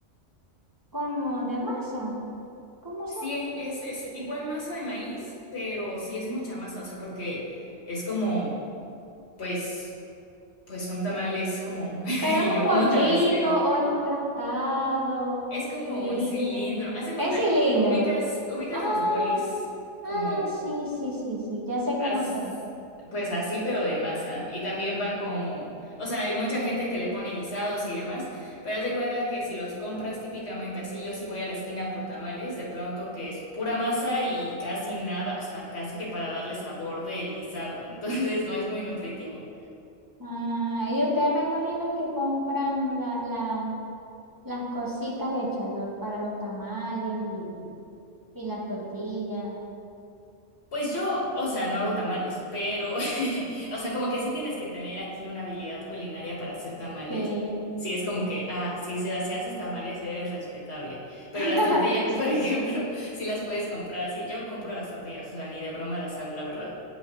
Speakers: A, on the right (about 20°); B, on the left (about 60°).
A: como de masa, ¿cómo
B: sí,
A: son?
B: es, es igual masa de maíz, pero sí es mucha masa, o sea, porque es como, pues, pues un tamal es como, <laughs>
A: Pero
B: y
A: es un
B: yo
A: bollito
B: cómo te lo describo,
A: o es aplastado,
B: es como
A: cilindro.
B: un cilindro, haz de cuenta,
A: Es cilindro.
B: ubicas, ubicas
A: Ah,
B: los bolis, como...
A: ah, sí, sí, sí, sí, ya sé cómo
B: as-
A: son.
B: pues así, pero de masa. Y también va como, o sea, hay mucha gente que le pone guisados y demás, pero haz de cuenta que si los compras típicamente así, yo sí voy a la esquina por tamales, de pronto que es pura masa y casi nada, o sea, casi que para darle sabor del guisado, <laughs> entonces no es muy nutritivo.
A: Ah, y ustedes me imagino que compran la, la, las cositas hechas lo- para los tamales y, y, y las tortillas.
B: Pues yo, o sea, no hago tamales, pero, <laughs> o sea, como que sí tienes que tener aquí una habilidad culinaria para hacer tamales.
A: Sí.
B: Sí, es como que, ah, sí, si, si haces tamales eres respetable. Pero
A: <laughs>
B: las tortillas, <laughs> por ejemplo, sí las puedes comprar así. Yo compro las tortillas, o sea, ni de broma las hago, la verdad.